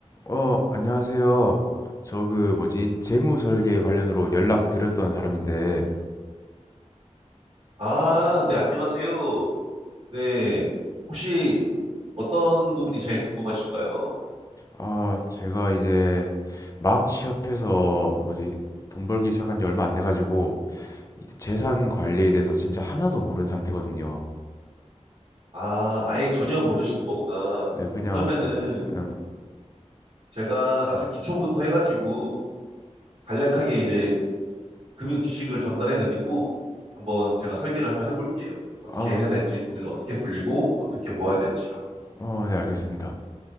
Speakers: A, on the left (about 25°); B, on the right (about 45°).
A: 어, 안녕하세요. 저 그 뭐지? 재무 설계 관련으로 연락드렸던 사람인데,
B: 아, 네, 안녕하세요. 네. 혹시 어떤 부분이 제일 궁금하신가요?
A: 아, 제가 이제 막 취업해서 뭐지? 돈 벌기 시작한 지 얼마 안 돼가지고, 이제 재산 관리에 대해서 진짜 하나도 모르는 상태거든요.
B: 아, 아예 전혀 모르시는 거구나.
A: 네, 그냥
B: 그러면은
A: 뭐, 그냥,
B: 제가 아주 기초부터 해가지고 간략하게 이제 금융 지식을 전달해드리고 한번 제가 설계를 한번 해볼게요. 어떻게
A: 아,
B: 해야 될지, 돈을 어떻게 굴리고 어떻게 모아야 될지요.
A: 어, 네,
B: 음,
A: 알겠습니다.